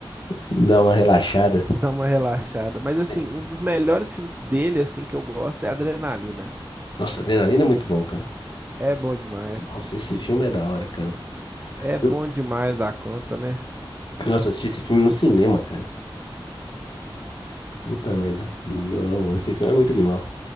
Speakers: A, on the left; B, on the right.
A: dar uma relaxada.
B: dá uma relaxada. Mas assim,
A: Tem.
B: um dos melhores filmes dele, assim, que eu gosto é Adrenalina.
A: Nossa, Adrenalina é muito bom, cara.
B: É bom demais,
A: Nossa,
B: pô.
A: esse filme é da hora, cara.
B: É bom
A: Eu,
B: demais da conta, né?
A: nossa, eu assisti esse filme no cinema, cara. Puta merda. Não, esse filme é muito animal.